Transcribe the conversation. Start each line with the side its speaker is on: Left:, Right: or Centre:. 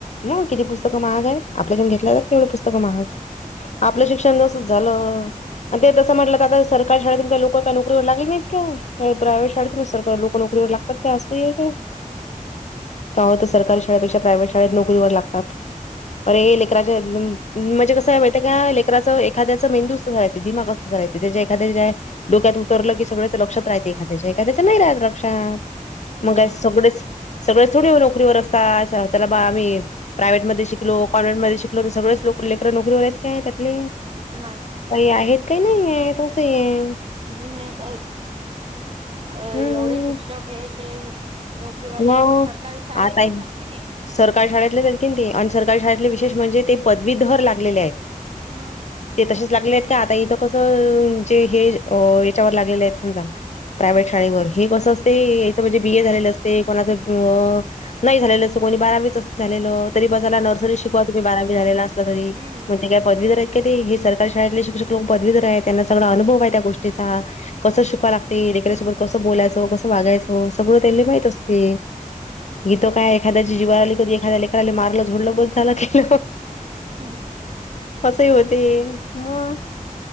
Left: मग किती पुस्तक महागायत आपल्याच्यान घेतलाजात का एवढे पुस्तकं महाग आपलं शिक्षण जसंच झालं आणि ते तस म्हटलं आता सरकारी शाळेतून काय लोक काय नोकरीवर लागले नाहीत काय? काय प्रायव्हेट शाळेतुन सरकारी लोक नोकरीवर लागतात काय असंय काही हाय काय? कां होतं सरकारी शाळेपेक्षा प्रायव्हेट शाळेत नोकरीवर लागतात. अरे ए लेकराच्या <unintelligible> म्हणजे कसंये मा तेकाय लेकराचं एखाद्याचं मेंदूच तसंयं दिमाग असं सराय त्याच्या एखाद्या ज्या डोक्यात उतरलं की सगळ्याच लक्षात राहते एखाद्याच्या. एखाद्याचं नाही राहत लक्षात.
Right: हम्म
Left: मग काय सगळेच सगळेच थोडे नोकरीवर असतात, त्याला बा आम्ही. प्रायव्हेटमध्ये शिकलो कॉन्व्हेंट मध्ये शिकलो, तर सगळेच लोक, लेकर नोकरीवर आहेत काय त्यातली?
Right: नाही.
Left: काही आहेत, काही नाही आहेत असं हे‌.
Right: जुने असोत अ
Left: हं.
Right: एवढे शिक्षक हे ते पहले
Left: मग
Right: आथे सरकारी शाळेतलेच
Left: आता हे
Right: आहात की नाही.
Left: सरकारी शाळेतलेच आहेत की ते, आणि सरकारी शाळेतले विशेष म्हणजे ते पदवीधर लागलेले आहेत.
Right: मंग
Left: ते तसेच लागले आहेत का आता? इथं कसं जे हे याच्यावर लागलेले आहेत, समजा प्रायव्हेट शाळेवर हे, कसं अस ते याच म्हणजे बीए झालेलं असते कोणाचं अ नाही झालेलं असत, कोणी बारावीच असत झालेलं. तरी बसायला नर्सरी शिकवा तुम्ही बारावी झाला असला तरी,
Right: हम्म
Left: मग ते काय? पदवीधर आहेत का ते, हे सरकारी शाळेतले शिक्षक लोक पदवीधर आहेत. त्यांना सगळा अनुभव आहे त्या गोष्टीचा. प कसं शिकवा लागते, लेकरासोबत कसं बोलायचं, कसं वागायचं सगळं त्यांला लय माहित असते. इथ काय एखाद्याची जीवार आली, कधी एखाद्याला एखाला मारलं, झोडलं बस झाला त
Right: हम्म हम्म!
Left: असं ही होते, मग